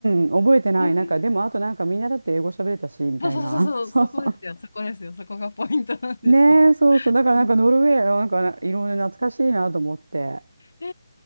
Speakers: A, on the right; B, on the left.
A: ん、覚えてない。
B: えー
A: なんか、でも、あとなんかみんなだって英語喋れたし、みたいな。
B: そうそうそうそう、
A: <laughs> そうそう
B: そこですよ、そこですよ、そこがポイントなんですよ。
A: ねえ、そうそう。だからなんかノルウェーなんかいろいろ懐かしいなと思って。
B: うんえ